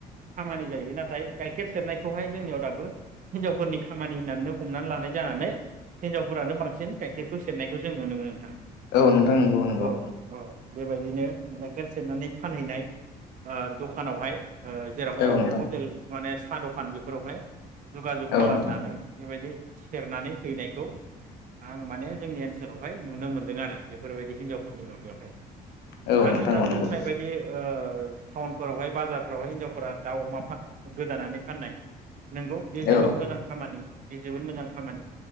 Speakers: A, on the right; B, on the left.
A: खामानि जायो नाथाय गाइखेर सेरनायखौहाय जोंनियाव दाबो हिनजावफोरनि खामानि होननानै हमनानै लानाय जानानै हिनजाव फोरानो बांसिन गाइखेरखौ सेरनायखौ जों नुनो मोनो नोंथां
B: औ नोंथां नंगौ नंगौ
A: औ औ बेबायदिनो गाइखेर सेरनानै फानहैनाय दखानावहाय जेरावहाय
B: औ नोंथां
A: हटेल मानेस साहा दखान बेफोरावहाय जुगाजुग
B: औ
A: खालामनानै
B: नोंथां
A: बेबायदि सेरनानै हैनायखौ आं माने जोंनि ओनसोलावहाय नुनो मोनदों आरो बेफोरबायदि हिनजावफोरनि माबायावहाय
B: औ
A: आरो
B: नोंथां
A: नों दासो
B: औ नंगौ
A: बुंनाय बायदि ओ टाउनफोरावहाय बाजारफोरावहाय हिनजावफोरा दाउ अमा गोदानानै फाननाय नंगौ बेयो
B: औ
A: जोबोद मोजां खामानि बे जोबोद मोजां खामानि